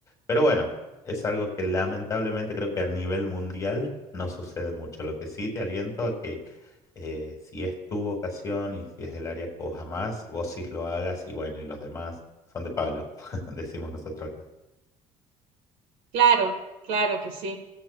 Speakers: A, on the left; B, on the right.
A: Pero bueno, es algo que lamentablemente creo que a nivel mundial no sucede mucho. Lo que sí te aliento a que eh, si es tu vocación y si es el área que vos amás, vos sí lo hagas y bueno, y los demás son de palo, <laughs> decimos nosotros acá.
B: Claro, claro que sí.